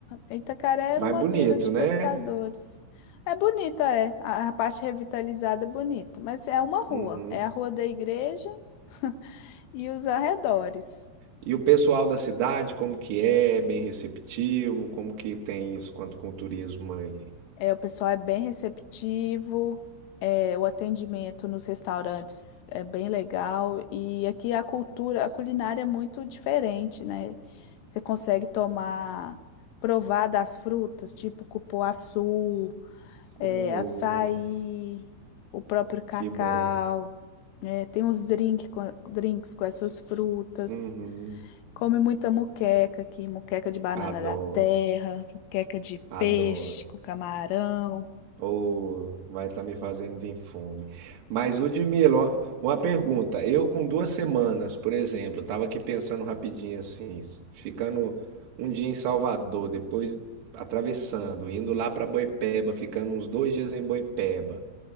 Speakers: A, on the left (about 80°); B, on the right (about 65°).
A: Itacaré era
B: mais
A: uma
B: bonito,
A: vila de
B: né?
A: pescadores. É bonita, é. A, a parte revitalizada é bonita, mas é uma rua.
B: Uhum.
A: É a rua da igreja <laughs> e os arredores.
B: E o pessoal da cidade, como que é? É Bem receptivo? Como que tem isso quanto com o turismo aí?
A: É, o pessoal é bem receptivo, é, o atendimento nos restaurantes é bem legal e aqui a cultura, a culinária é muito diferente, né? Você consegue tomar, provar das frutas, tipo cupuaçu, é,
B: Oh,
A: açaí, o próprio cacau,
B: que bom.
A: é, tem uns drink com- drinks com essas frutas.
B: Uhum.
A: Come muita muqueca aqui, muqueca de banana
B: Adoro,
A: da terra, muqueca de
B: adoro.
A: peixe com camarão.
B: Ou vai estar me fazendo vir fome. Mas, Ludmila, uma uma pergunta. Eu, com duas semanas, por exemplo, estava aqui pensando rapidinho assim, s- ficando um dia em Salvador, depois atravessando, indo lá para Boipeba, ficando uns dois dias em Boipeba.